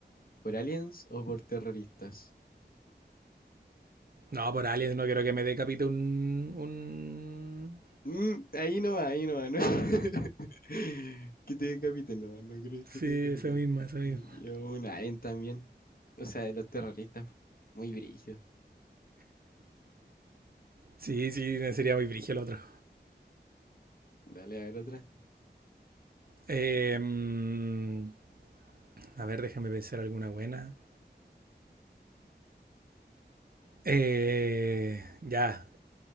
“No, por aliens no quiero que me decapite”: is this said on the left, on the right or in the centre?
Right